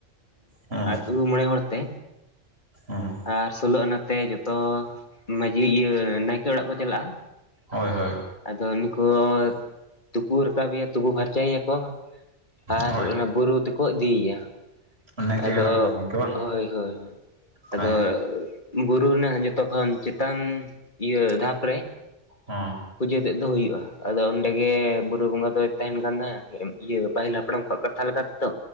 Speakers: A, on the right (about 55°); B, on the left (about 40°).
A: ᱦᱩᱸ
B: ᱟᱛᱳ ᱢᱚᱬᱮ ᱦᱚᱲ ᱛᱮ᱾
A: ᱦᱮᱸ
B: ᱟᱨ ᱥᱳᱞᱳ ᱟᱱᱟᱛᱮ ᱡᱚᱛᱚ ᱢᱟᱺᱡᱷᱤ ᱤᱭᱟᱹ ᱱᱟᱭᱠᱮ ᱚᱲᱟᱜ ᱠᱚ ᱪᱟᱞᱟᱜᱼᱟ᱾
A: ᱦᱳᱭ ᱦᱳᱭ᱾
B: ᱟᱫᱚ ᱩᱱᱤᱠᱩ ᱛᱩᱯᱩ ᱨᱟᱠᱟᱵ ᱮᱭᱟ ᱛᱩᱯᱩ ᱯᱷᱟᱨᱪᱟᱭ ᱮᱭᱟ ᱠᱚ᱾ ᱟᱨ
A: ᱦᱳᱭ
B: ᱚᱱᱟ ᱵᱩᱨᱩ ᱛᱮᱠᱚ ᱤᱫᱤᱭᱮᱭᱟ᱾
A: ᱱᱟᱭᱠᱮ
B: ᱟᱫᱚ
A: ᱦᱟᱲᱟᱢ ᱫᱚ ᱜᱚᱝᱠᱮ ᱵᱟᱝ
B: ᱦᱳᱭ ᱦᱳᱭ
A: ᱦᱳᱭ
B: ᱟᱫᱚ᱾ ᱵᱩᱨᱩ ᱨᱮᱱᱟᱜ ᱡᱚᱛᱚ ᱠᱷᱚᱱ ᱪᱮᱛᱟᱱ ᱤᱭᱟᱹ ᱫᱷᱟᱯ ᱨᱮ
A: ᱦᱮᱸ
B: ᱯᱩᱡᱟᱹ ᱛᱮᱫ ᱫᱚ ᱦᱩᱭᱩᱜᱼᱟ᱾ ᱟᱫᱚ ᱚᱸᱰᱮ ᱜᱮ ᱵᱩᱨᱩ ᱵᱚᱸᱜᱟ ᱫᱚᱭ ᱛᱟᱦᱮᱱ ᱠᱟᱱ ᱛᱟᱦᱮᱸ ᱤᱭᱟᱹ ᱯᱟᱹᱦᱤᱞ ᱦᱟᱯᱲᱟᱢ ᱠᱚᱣᱟᱜ ᱠᱟᱛᱷᱟ ᱞᱮᱠᱟ ᱞᱮᱠᱟ ᱛᱮ ᱛᱚ᱾